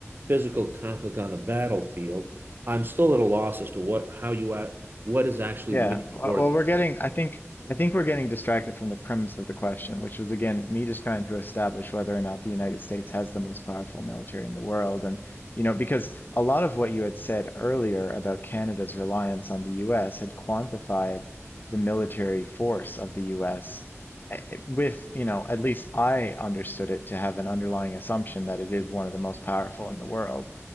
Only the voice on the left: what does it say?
yeah.
Well,
well,
we're getting,
I think, I think we're getting distracted from the premise of the question, which was again me just trying to establish whether or not the United States has the most powerful military in the world. And, you know, because a lot of what you had said earlier about Canada's reliance on the US had quantified the military force of the US eh, eh, with, you know, at least I understood it to have an underlying assumption that it is one of the most powerful in the world.